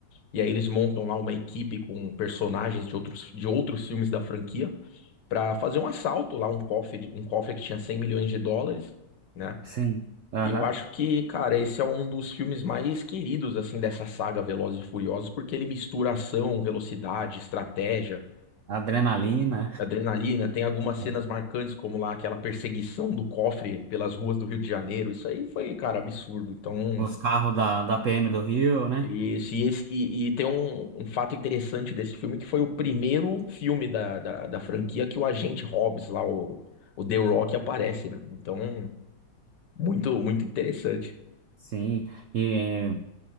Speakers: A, on the left (about 65°); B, on the right (about 85°).
A: E aí eles montam lá uma equipe com personagens de outros, de outros filmes da franquia para fazer um assalto lá, um cofre, um cofre que tinha 100 milhões de dólares, né?
B: Sim. Aham.
A: E eu acho que, cara, esse é um dos filmes mais queridos, assim, dessa saga Velozes e Furiosos, porque ele mistura ação, velocidade, estratégia,
B: Adrenalina.
A: adrenalina. Tem algumas cenas
B: <laughs>
A: marcantes, como lá aquela perseguição do cofre pelas ruas do Rio de Janeiro. Isso aí foi, cara, absurdo. Então,
B: Os carros da, da PM do Rio, né?
A: Isso, e, esse, e, e tem um, um fato interessante desse filme, que foi o primeiro filme da, da, da franquia que o agente Hobbs lá, o, o The Rock, aparece, né? Então, muito, muito interessante.
B: Sim. E